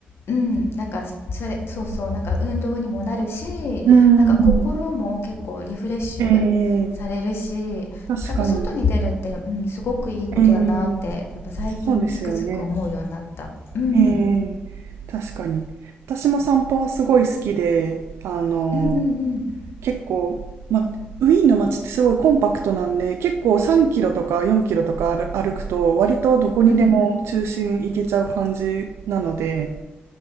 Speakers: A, on the left (about 65°); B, on the right (about 80°).
A: ううんなんかそれそうそうなんか運動にもなるしなんか心も結構リフレッシュされるしなんかやっぱ外に出るって、
B: うん。ええ確かに。
A: うん、すごくいいことだなってやっぱ最近つくづく思うようになったうん
B: ええそうですよね。ええ確かに。私も散歩はすごい好きで、あの、
A: うんうん
B: 結構、まあ、ウィーンの街ってすごいコンパクトなんで、結構3キロとか4キロとか歩歩くと、割とどこにでも中心行けちゃう感じなので、
A: うん。うん。